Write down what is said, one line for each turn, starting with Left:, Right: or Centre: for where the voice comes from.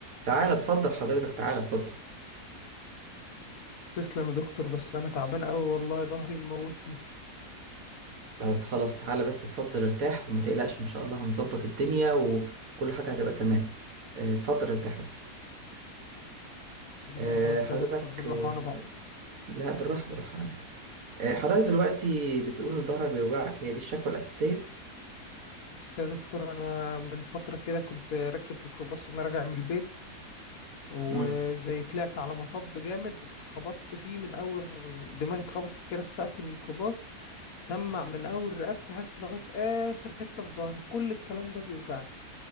Right: تعالى اتفضل حضرتك تعالى اتفضل
Left: تسلم يا دكتور بس انا تعبان قوي والله ظهري مموتني
Right: طب خلاص تعالى بس اتفضل ارتاح وما تقلقش ان شاء الله هنظبط الدنيا وكل حاجة هتبقى تمام اه، اتفضل ارتاح بس
Left: بالراحه
Right: اه،
Left: بس
Right: حضرتك
Left: يا دكتور بالراحه
Right: اه،
Left: وانا بعبط
Right: لا بالراحة بالراحة على مهلك اه، حضرتك دلوقتي بتقول ان ظهرك بيوجعك هي دي الشكوى الأساسية؟
Left: بس يا دكتور انا من فتره كده كنت راكب ميكروباص وانا راجع من البيت وزي
Right: مم.
Left: طلعت على مطب جامد اتخبطت فيه من اول دماغي اتخبطت كده في سقف الميكروباص سمع من اول رقبتي حاسس لغايه اخر حته في ظهري كل الكلام ده بيوجعني